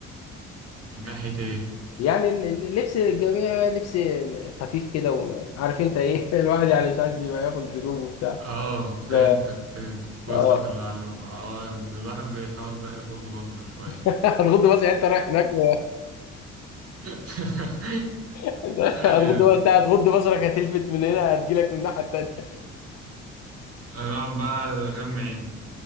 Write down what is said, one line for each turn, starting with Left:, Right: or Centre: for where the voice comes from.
Right: من ناحية ايه
Left: يعني ال- ال- اللبس الجميع لبس خفيف كده وعارف انت ايه <laughs> الواحد يعني مش عايز يبقى ياخد ذنوب وبتاع
Right: اه فهمتك
Left: ف-
Right: فهمتك
Left: اه
Right: وصلت المعلومة اه الواحد بيحاول بقى يغض بصره شوية
Left: <laughs> هتغض بصرك يعني، انت رايح هناك و-
Right: <laughs>
Left: <laughs>
Right: يعني
Left: هتغض بقى، انت هتغض بصرك هتلفت من هنا هتجيلك من الناحيه التانيه
Right: انا بقى غم عين